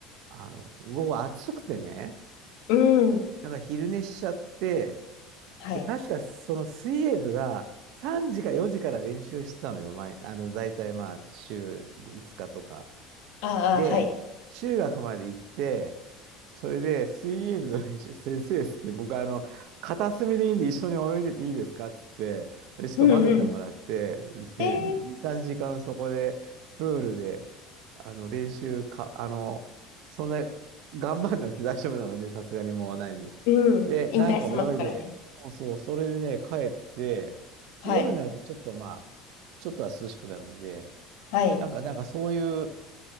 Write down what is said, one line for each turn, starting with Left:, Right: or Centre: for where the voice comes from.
Right: あの、午後暑くてね、
Left: うん。
Right: なんか昼寝しちゃって、
Left: はい。
Right: で、確かその水泳部が3時か4時から練習してたのよ。前、あの、大体まあ週5日とか。
Left: ああ、
Right: で、
Left: はい。
Right: 中学まで行って、それで水泳部の練習先生っつって、僕あの、片隅でいいんで一緒に泳いでていいですかっつって、で、ちょっと混ぜてもらって、
Left: うん。うん。
Right: で、
Left: えー、
Right: 2、3時間そこで、プールで、あの、練習か、あの、そんな、頑張んなくて大丈夫なので、さすがにもうないので。
Left: うん。
Right: で、
Left: 引退してますからね。
Right: なんか泳いで、そうそう、それでね、帰って、
Left: はい。
Right: で、夜になるとちょっとまあ、ちょっとは涼しくなるので、
Left: はい。
Right: なんか、なんかそういう、